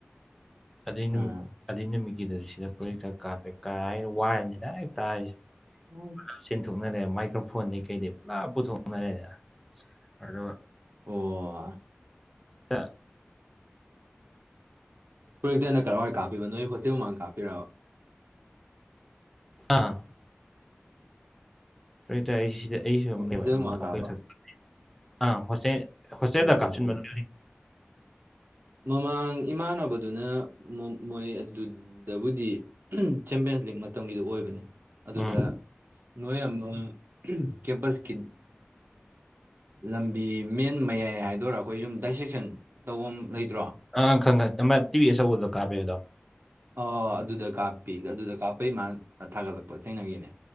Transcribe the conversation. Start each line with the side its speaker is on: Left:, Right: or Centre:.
Centre: ꯑꯗꯨꯏ ꯅꯨꯃꯤ
Right: ꯑꯥ
Centre: ꯑꯗꯨꯏ ꯅꯨꯃꯤꯠꯀꯤꯗ ꯁꯤꯗ ꯐꯖꯤꯛꯇ ꯀꯥꯞꯄꯦ ꯀꯥꯥꯏꯅ ꯋꯥꯏꯔꯅꯤꯅ ꯍꯦꯛ ꯇꯥꯔꯤꯁꯦ
Right: ꯑ
Centre: ꯄꯨꯂꯞ ꯆꯦꯟꯊꯣꯛꯅꯔꯦ ꯃꯥꯏꯀ꯭ꯔꯣꯐꯣꯟꯗꯤ ꯀꯩꯗꯤ ꯄꯨꯂꯞ ꯄꯨꯊꯣꯛꯅꯔꯦꯗ ꯑꯗꯣ
Right: ꯑꯣ
Centre: ꯑ <unintelligible>
Right: ꯐꯨꯛꯇꯦ ꯀꯏꯋꯥꯏ ꯀꯞꯄꯤꯕ ꯅꯣꯏꯣꯁꯦꯜ ꯃꯃꯥꯡ ꯀꯥꯞꯄꯤꯔꯕ
Centre: ꯑꯥ ꯐꯔꯦ ꯇꯔꯦ ꯁꯤꯗ ꯑꯩꯁꯨ
Right: ꯑꯣ
Centre: ꯑꯃ ꯂꯩꯕ
Right: ꯍꯣꯁꯇꯦꯜ
Centre: ꯑꯗꯨꯅ
Right: ꯃꯃꯥꯡ
Centre: ꯑꯩꯈꯣꯏ
Right: ꯀꯥꯞꯄ
Centre: ꯑꯥ ꯍꯣꯁꯇꯦꯜ ꯍꯣꯁꯇꯦꯜꯗ
Right: ꯑꯣ
Centre: ꯀꯥꯞꯁꯤꯟꯕ
Right: ꯑꯣ ꯑꯣ
Centre: ꯅ
Right: ꯃꯃꯥꯡ ꯏꯃꯥꯟꯅꯕꯗꯨꯅ ꯃꯣꯏ ꯑꯗꯨꯗꯕꯨꯗꯤ ꯆꯦꯝꯄꯤꯌꯟꯁ ꯂꯤꯛ ꯃꯇꯝꯒꯤꯗꯨ ꯑꯣꯏꯕꯅꯤ ꯑꯗꯨꯗ
Centre: ꯎꯝ
Right: ꯅꯣꯏ ꯑꯃ ꯀꯦꯝꯄꯁꯀꯤ ꯂꯝꯕꯤ ꯃꯦꯟ ꯃꯌꯥꯏ ꯍꯥꯏꯗꯣꯏꯔꯥ ꯑꯩꯈꯣꯏ ꯁꯨꯝ ꯗꯥꯏꯁꯦꯛꯁꯟ ꯇꯧꯕ ꯂꯩꯇ꯭ꯔꯣ
Centre: ꯑꯪ ꯈꯪ ꯈꯪ ꯇꯤꯚꯤ ꯑꯆꯧꯕꯗ ꯀꯥꯕꯤꯦꯕꯗꯣ
Right: ꯑ ꯑꯗꯨꯗ ꯀꯥꯞꯄꯤ ꯑꯗꯨꯗ ꯀꯥꯞꯄꯩ ꯃꯥꯅ ꯊꯥꯒꯠꯂꯛꯄ ꯊꯦꯡꯅꯈꯤꯅꯦ